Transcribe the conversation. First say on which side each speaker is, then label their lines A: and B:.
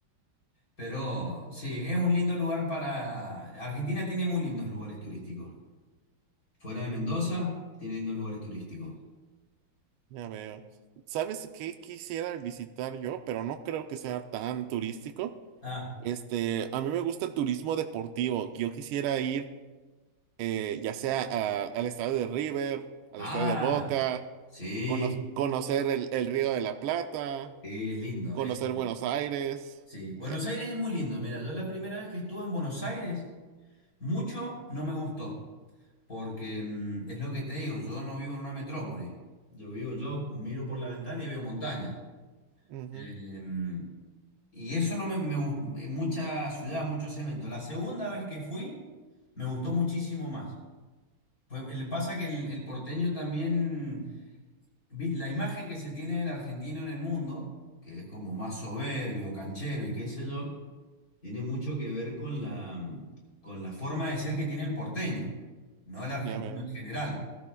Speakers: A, on the left; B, on the right.
A: pero sí, es un lindo lugar para... Argentina tiene muy lindos lugares turísticos. Fuera de Mendoza,
B: Mm,
A: tiene lindos lugares turísticos.
B: Ya veo. ¿Sabes qué quisiera visitar yo? Pero no creo que sea tan turístico.
A: ah
B: Este, a mí me gusta el turismo deportivo. que Yo quisiera ir eh, ya sea a- al estado de River, al
A: Ah,
B: estado de Boca,
A: sí,
B: cono- conocer el, el Río de la Plata,
A: sí, es lindo,
B: conocer
A: es lindo.
B: Buenos Aires.
A: Sí, Buenos
B: Eh,
A: Aires es muy lindo. Mira, yo la primera vez que estuve en Buenos Aires, mucho no me gustó, porque mm, es lo que te digo, yo no vivo en una metrópoli. Yo vivo, yo miro por la ventana y veo montañas.
B: ujú,
A: Em, y eso no me, me gust- me- mucha ciudad, mucho cemento. La segunda vez que fui, me gustó muchísimo más. Fue- le pasa que el, el porteño también vi- la imagen que se tiene del argentino en el mundo, que es como más soberbio, canchero y qué sé yo, tiene mucho que ver con la, con la forma de ser que tiene el porteño, no el argentino
B: Ya veo.
A: en general.